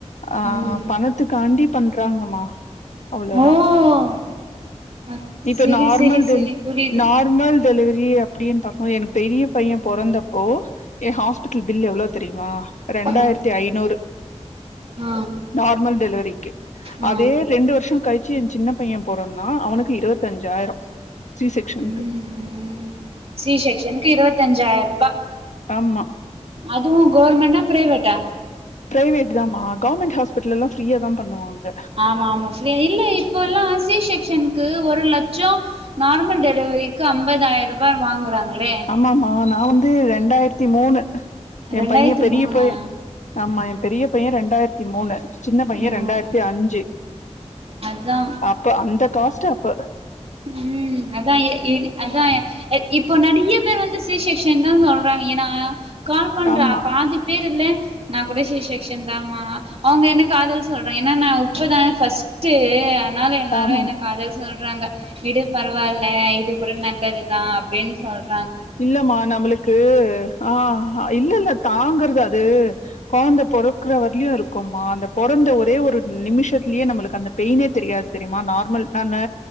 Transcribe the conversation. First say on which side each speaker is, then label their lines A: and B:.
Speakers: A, on the left; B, on the right.
A: ஆ
B: ம்
A: பணத்துக்காண்டி பண்றாங்கம்மா அவ்ளோதா
B: ஓ அ
A: இப்ப
B: செரி
A: நார்மல்
B: செரி செரி
A: டெலி
B: புரியுது
A: நார்மல் டெலிவரி அப்படின்னு பாக்கும்போது எனக்கு பெரிய பைய பொறந்தப்போ ஏ ஹாஸ்பிட்டல் பில் எவ்ளோ தெரியுமா ரெண்டாயிரத்தி
B: ஆ
A: ஐநூறு
B: ஆ
A: நார்மல் டெலிவரிக்கு
B: ஆ
A: அதே ரெண்டு வருஷோ கழிச்சு என் சின்ன பைய பொறந்தா அவனுக்கு இருவத்தஞ்சா ஆயிரோ சி செக்சனுக்கு
B: ம் ம் சி செக்சனுக்கு இருப்பத்தஞ்சா ஆயிர ரூபா
A: ஆமா
B: அதுவு கவர்மெண்ட்டா பிரைவேட்டா
A: பிரைவேட் தா மா கவர்மெண்ட் ஹாஸ்பிட்டல் எல்லா ஃப்ரீயா தா பண்ணுவாங்க
B: ஆமா ஆமா ஃப்ரீ இல்ல இப்போல்லா சி செக்சனுக்கு ஒரு லட்சோ நார்மல் டெலிவரிக்கு அம்பதாயிர ரூபா வாங்குறாங்களே
A: அம்மாவன நா வந்து ரெண்டாயிரத்தி மூணு என்
B: ரெண்டாயிரத்தி
A: பைய பெரிய
B: மூணா
A: பைய ஆமா என் பெரிய பைய ரெண்டாயிரத்தி மூணு சின்ன பைய
B: ம்
A: ரெண்டாயிரத்தி அஞ்சு
B: அதா
A: அப்ப அந்த காஸ்ட்டு அப்ப
B: உம் அதா எ அதா இப்போ நெறைய பேர் வந்து சி செக்க்ஷன் தா சொல்றாங்க ஏன்னா கால் பண்ற
A: ஆமா
B: பாதி பேர்ல்ல நா கூட சி செக்க்ஷன் தா மா அவுங்க எனக்கு காதல் சொல்றாங்க ஏன்னா நா உப்புதா ஃபஸ்ட்டு அதனால எல்லாரு
A: ஆமாமா
B: என்ன காத சொல்றாங்க விடு பரவா இல்ல இது கூட நல்லதுதா அப்டின்னு சொல்ற
A: இல்லமா நம்மளுக்கு ஆ இல்ல இல்ல தாங்குறது அது கொழந்த பொறக்குற வரலயு இருக்குமா அந்த பொறந்த ஒரே ஒரு நிமிஷத்துலயே நம்மளுக்கு அந்த பெயினே தெரியாது தெரியுமா நார்மல் நானு